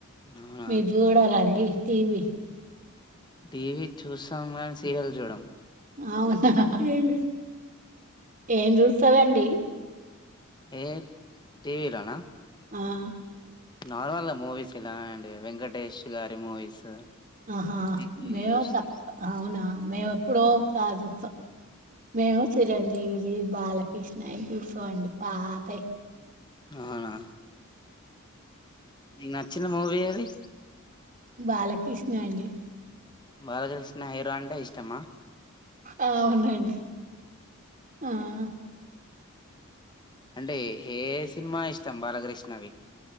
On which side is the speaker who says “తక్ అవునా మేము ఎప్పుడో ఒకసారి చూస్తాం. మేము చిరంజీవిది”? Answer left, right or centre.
Right